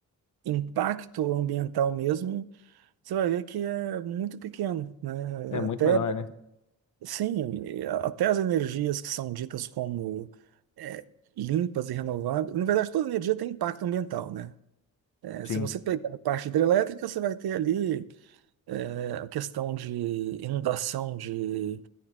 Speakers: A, on the right; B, on the left.
A: impacto ambiental mesmo, você vai ver que é muito pequeno, né?
B: É muito
A: Até,
B: menor, né?
A: sim, até as energias que são ditas como é, limpas e renováveis, na verdade, toda energia tem impacto ambiental, né? É,
B: Sim.
A: se você pegar a parte hidrelétrica, você vai ter ali é, a questão de inundação de